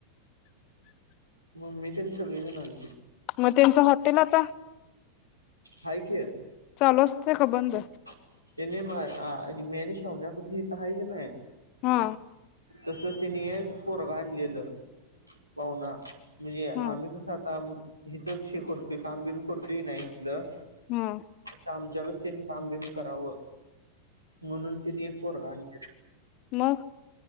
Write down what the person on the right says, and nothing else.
मम्मी ते सगळेजण आले.
आहे की.
<unintelligible> पाहुण्या पाशी इथं हाय का नाही
तसं त्यांनी एक पोरगं आणलेलं पाहुणा म्हणजे आम्ही
कसं आता इथेच हे करतोय काम बीम करतोय का नाही इथलं?
तसा आमच्याकडे त्यांनी काम बीम करावं म्हणून तिने एक पोरगं आणलं.